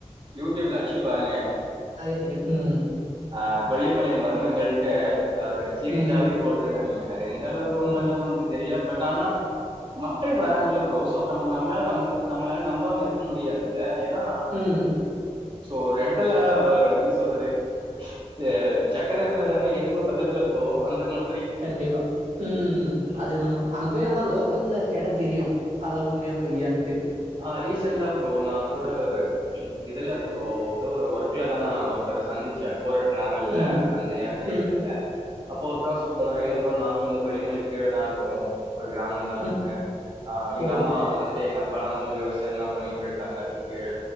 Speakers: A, on the right; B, on the right.
A: யூடியூப்ல அடிச்சு பாருங்க
B: பாத்தாவே தெரியும். ம்.
A: ஆ கொல்லிமலை மருமங்கள்ட்டு அவரு சீரீஸாவே
B: ம்.
A: போட்ருக்கானுங்க அது எந்த அளவுக்கு உண்மைன்
B: ஓ!
A: லாம் நமக்கு தெரில பட் ஆனா மக்கள் வராங்கள ப்ரோ சோ அப்ப நம்ம நம்மளால நம்பு நம்மளால நம்பாம இருக்க முடியாதுல்ல ஏனா
B: உம்
A: சோ ஒரு எடத்துல ஒரு எப்டி சொல்றது து சக்கர இருந்தாதானே எறும்பு பக்கத்துல போவும் அந்த மாதிரி
B: கண்டிபா ம் அது என்னமோ அங்க போய் ஆனா லோக்கல்ல கேட்டா தெரியும் அதல்லாம் உண்மையா பொய்யாண்டு
A: ஆ ரீசன்டா ப்ரோ நான் கூட ஒரு இதுல ப்ரோ ஏதோ ஒரு ஒர்க்ல தான் நான் ஒருத்தரை சந்திச்சேன் போற டிராவல்ல
B: ம்.
A: அந்த ஏன் சரியா
B: ம்.
A: தெரியல அப்ப ஒருத்தன் சொ இல்லை ப்ரோ நாங்களும் வந்து கொல்லிமலை கீழ தான் இருக்கிறோம் ஒரு கிராமம் நாங்க
B: ம்.
A: எங்க
B: ஓ!
A: அம்மா வந்துட்டு எங்க அப்பா பாலாம் வந்து விவசாயம் தான் பண்ணிட்டு இருக்காங்க கீழ